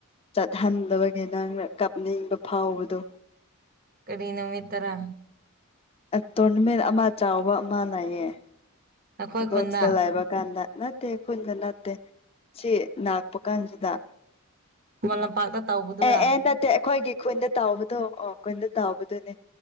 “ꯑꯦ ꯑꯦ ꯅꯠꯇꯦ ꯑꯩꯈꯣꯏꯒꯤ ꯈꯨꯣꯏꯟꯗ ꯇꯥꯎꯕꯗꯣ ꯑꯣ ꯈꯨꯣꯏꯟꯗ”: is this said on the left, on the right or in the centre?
Left